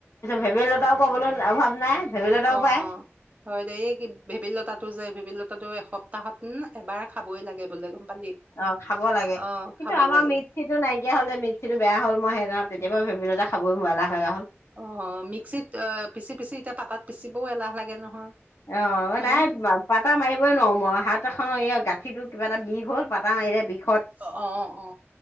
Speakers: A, on the left (about 85°); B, on the right (about 30°).
A: ভেবেলী লতাও পাবলৈ অভাৱ নাই। ভেবেলী লতাও
B: অ
A: পায়
B: হয় দেই কি ভেবেলী লতাটো যে। তো এসপ্তাহত এবাৰ খাবই লাগে বোলে। পালি।
A: অ খাব লাগে
B: অ',
A: কিন্তু
B: খাব
A: আমাৰ
B: লাগে।
A: মিক্সীটো নাইকিয়া হৈ যায় মিক্সীটো বেয়া হল। মই সেইদিনা তেতিয়াপে ভেবেলী লতা। খাবই নোৱাৰ লা হয়ে হ'ল।
B: অ মিক্সিত অ পিচি পিচি এতিয়া পাতাত পিচিবও এলাহ লাগে নহয়।
A: অ
B: হয়নে?
A: নাই পাতা মাৰিবই নোৱাৰো মই হাত এখন এই গাত। কিনো কিবা এটা বিষ হল পাতা মাৰিৰে বিষ।
B: অ অ অ